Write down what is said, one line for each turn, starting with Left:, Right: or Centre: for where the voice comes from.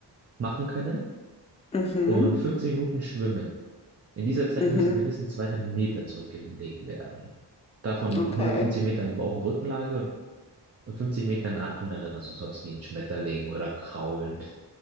Right: machen können
Left: Mhm.
Right: und 15 Minuten schwimmen. In dieser Zeit
Left: Mhm.
Right: müssen mindestens zwei Meter zurückgelegt werden. Davon
Left: Okay.
Right: 150 Meter in Bauch- und Rückenlage und und 50 Meter in einer anderen, also sowas wie ein Schmetterling oder Kraulen,